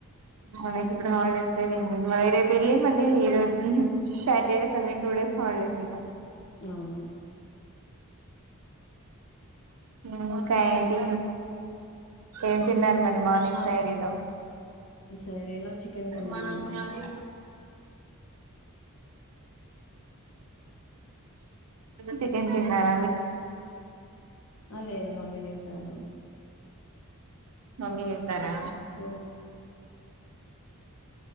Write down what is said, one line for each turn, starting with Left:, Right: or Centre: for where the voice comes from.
Right: మనకిప్పుడు హాల్ మరి రేపెళ్ళి మళ్ళీ ఈ రో Saturday Sunday two days holidays ఇగ
Left: అవును
Right: ఊ ఇంకా ఏంటి ఏం తిన్నారు మర్ రి మార్నింగ్ సైరీ లో
Left: సైరీలో చికెన్ తిన్నామండి
Right: మన అది చికెన్ తినర
Left: ఆ లేదు మమ్మీ చేసారు
Right: మమ్మీ సరా
Left: ఓ